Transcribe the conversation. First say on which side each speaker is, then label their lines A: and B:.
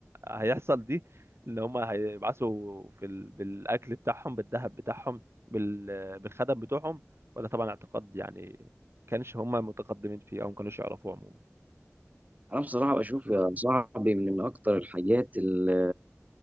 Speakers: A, on the right; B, on the right.
A: هيحصل دي اللي هم هيبعثوا في ال... بالأكل بتاعهم بالذهب بتاعهم بالخدم بتوعهم وده طبعا اعتقاد يعني ما كانش هم متقدمين فيه او ما كانوش يعرفوه عموما
B: انا بصراحه بشوف يا صاحبي من من اكتر الحاجات اللي